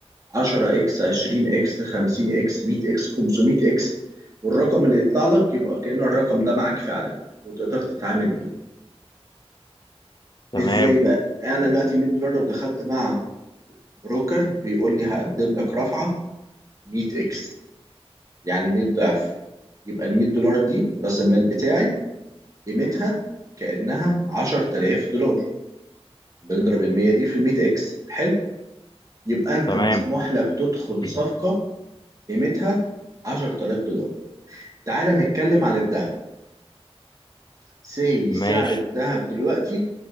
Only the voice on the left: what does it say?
تمام
تمام
<clears throat>
ماشي